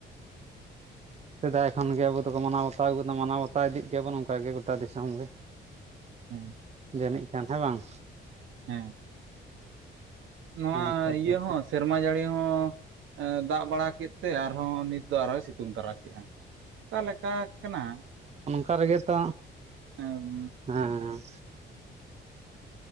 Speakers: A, on the right; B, on the right.
A: ᱥᱮᱫᱟᱭ ᱠᱷᱚᱱᱜᱮ ᱟᱵᱚ ᱫᱚᱠᱚ ᱢᱟᱱᱟᱣ ᱵᱟᱛᱟᱣ ᱟᱜᱩ ᱟᱱᱟ ᱢᱟᱱᱟᱣ ᱵᱟᱛᱟᱣ ᱤᱫᱤᱜ ᱜᱮᱭᱟᱵᱚᱱ ᱚᱱᱠᱟ ᱜᱮ ᱜᱚᱴᱟ ᱫᱤᱥᱚᱢ ᱜᱮ ᱾
B: ᱦᱮᱸ
A: ᱡᱟᱹᱱᱤᱡ ᱠᱷᱟᱱ ᱦᱮᱸ ᱵᱟᱝ
B: ᱦᱮᱸ ᱱᱚᱣᱟ
A: ᱟᱪᱪᱷᱟ ᱟᱪᱪᱷᱟ
B: ᱤᱭᱟᱹ ᱦᱚᱸ ᱥᱮᱨᱢᱟ ᱡᱟᱹᱲᱤ ᱦᱚᱸ ᱮᱸᱻᱫᱟᱜ ᱵᱟᱲᱟ ᱠᱮᱫ ᱛᱮ ᱟᱨᱦᱚᱸ ᱱᱤᱛ ᱫᱚ ᱟᱨᱦᱚᱸᱚᱭ ᱥᱤᱛᱩᱝ ᱛᱟᱨᱟ ᱠᱮᱫᱼᱟ ᱚᱠᱟ ᱞᱮᱠᱟ ᱠᱟᱱᱟ
A: ᱥᱟᱨᱤ ᱜᱮᱛᱚ
B: <unintelligible>
A: ᱦᱮᱸ